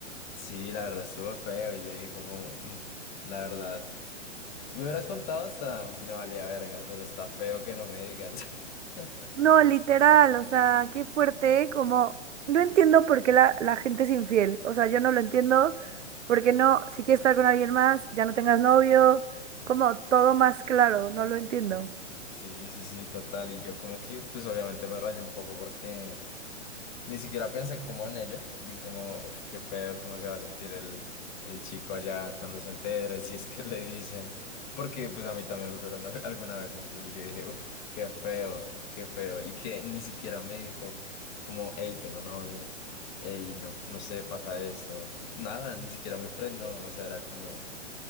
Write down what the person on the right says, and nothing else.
No, literal, o sea, qué fuerte, como no entiendo por qué la, la gente es infiel, o sea, yo no lo entiendo, porque no, si quieres estar con alguien más, ya no tengas novio, como todo más claro, no lo entiendo.